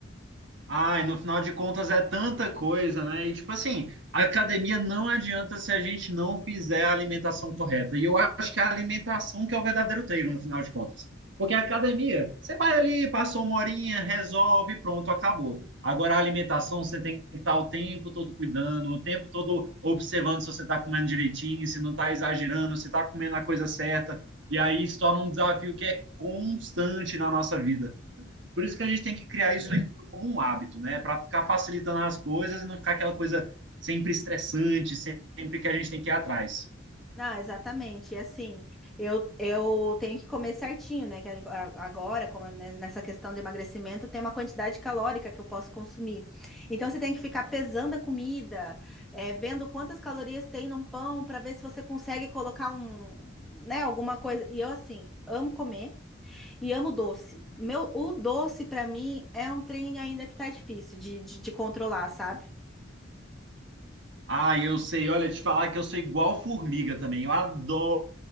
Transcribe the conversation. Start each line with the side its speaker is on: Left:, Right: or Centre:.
Right: Ai, no final de contas é tanta coisa, né? E tipo assim, a academia não adianta se a gente não fizer a alimentação correta. E eu acho que é a alimentação que é o verdadeiro treino, no final de contas. Porque a academia, você vai ali, passa uma horinha, resolve, pronto, acabou. Agora a alimentação, você tem que estar o tempo todo cuidando, o tempo todo observando se você está comendo direitinho, se não está exagerando, se está comendo a coisa certa. E aí isso torna um desafio que é constante na nossa vida. Por isso que a gente tem que criar isso aí como um hábito, né? Para ficar facilitando as coisas e não ficar aquela coisa sempre estressante, sempre que a gente tem que ir atrás.
Centre: Não, exatamente. E assim, eu, eu tenho que comer certinho, né? Que a- a- agora, como né, nessa questão de emagrecimento, tem uma quantidade calórica que eu posso consumir. Então, você tem que ficar pesando a comida, é, vendo quantas calorias tem num pão, para ver se você consegue colocar um, né, alguma coisa. E eu, assim, amo comer e amo doce. Meu, o doce, para mim, é um trem ainda que tá difícil de, de, de controlar, sabe?
Right: Ah, eu sei, olha, te falar que eu sou igual formiga também. Eu adoro